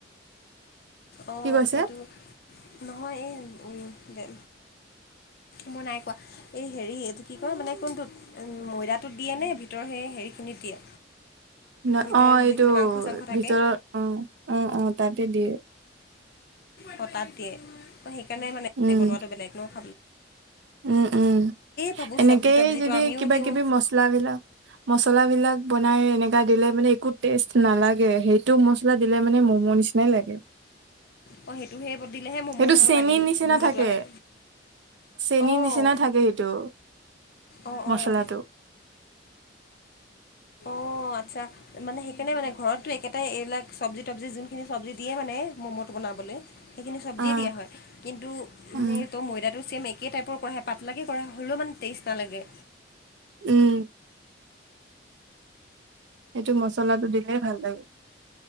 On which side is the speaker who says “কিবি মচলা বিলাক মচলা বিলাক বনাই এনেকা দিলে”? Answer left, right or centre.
Right